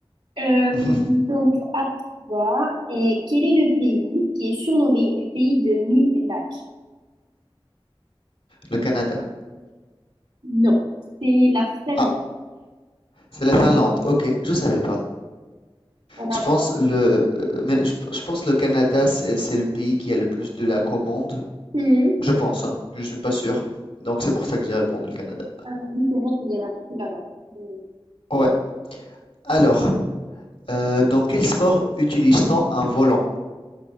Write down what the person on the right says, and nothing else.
Euh,
donc, à toi, et quel est le pays qui est surnommé le pays de mille lacs?
Non, c'est la Finlande.
On apprend
Mhm.
Ah, oui, c'est vrai qu'il y en a beaucoup là-bas. Mhm.